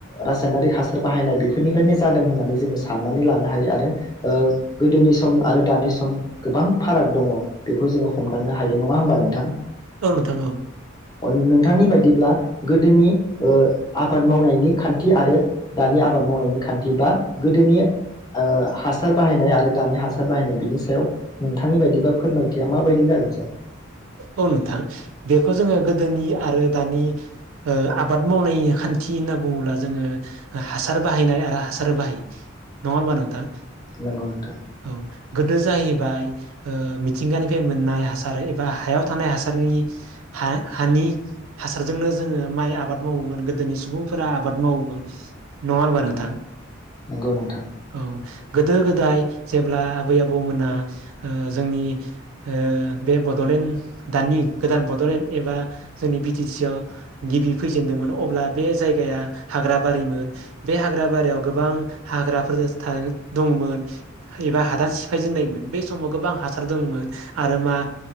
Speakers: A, on the left; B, on the right.
A: रासायनारिक हासार बाहायनाय बेफोरनिफ्रायनो जादों होननानै जों सनानै लानो हायो आरो ओ गोदोनि सम सम आरो दानि सम गोबां फाराग दङ बेखौ जोङो हमदांनो हायो नङा होमबा नों थां।
B: औ नोंथां औ
A: अन नों नोंथांनि बायदिब्ला गोदोनि ओ आबाद मावनायनि खान्थि आरो दानि आबाद मावनायनि खान्थि बा गोदोनि ओ हासार बाहायनाय आरो दानि हासार सार बाहायनाय बिनि सायाव नोंथांनि बायदि बा फोरमायथिया माबायदि जागोन सार।
B: औ नोंथां बेखौ जोङो गोदोनि आरो दानि ओ आबाद मावनाय खान्थि होनना बुङोब्ला जोङो हासार बाहायनाय आरो हासार बाहायि नङा होमबा नोंथां।
A: नंगौ नोंथां
B: औ गोदो जायो बाय ओ मिथिंगानिफाय मोननाय हासार ओ बा हायाव थानाय हासारनि हा हानि हासारजोंनो जोङो माइ आबाद मावोमोन गोदोनि सुबुंफोरा आबाद मावोमोन नङा होनबा नोंथां।
A: नोंगौ नोंथां।
B: औ गोदो गोदाय जेब्ला आबै आबौमोना ओ जोंनि ओ बे ब बड'लेण्ड दानि गोदान बड'लेण्ड एबा जोंनि बि टि सि आव गिबि फैजेनदोंमोन अब्ला बे जायगाया हाग्राबारिमोन बे हाग्रा बारियाव गोबां हाग्राफोर थारैनो दंमोन एबा हादान सिफायजेननायमोन बे समाव गोबां हासार दंमोन आरो मा